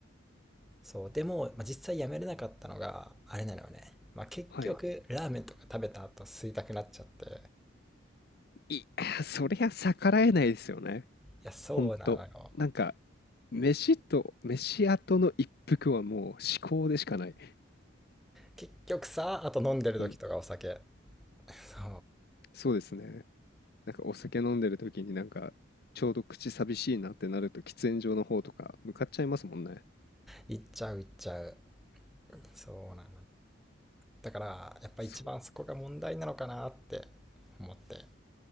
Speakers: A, in the centre; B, on the left.
A: そうでも、まあ、実際やめれなかったのがあれなのよね、まあ、結局ラーメンとか食べた後吸いたくなっちゃってい
B: はい。いやー、そりゃ逆らえないですよね。
A: やそうなのよ
B: ほんと、なんか、飯と、飯後の一服はもう至高でしかない。
A: 結局さあと飲んでる時とかお酒
B: ほん、
A: そ
B: そうですね。なんかお酒飲んでる時になんか、ちょうど口寂しいなってなると喫煙所の方とか向かっちゃいますもんね。
A: ういっちゃういっちゃうそうなのよだからやっぱ一番そこが問題なのかなって
B: そ
A: 思って